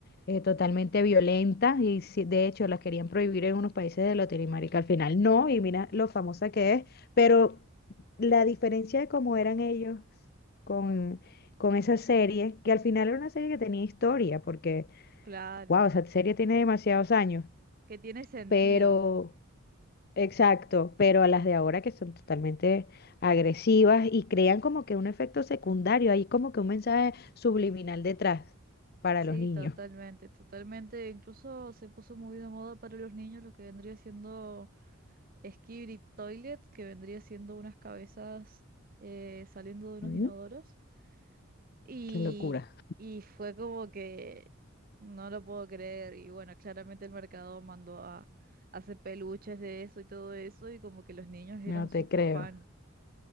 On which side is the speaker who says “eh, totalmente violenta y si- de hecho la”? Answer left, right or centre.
Left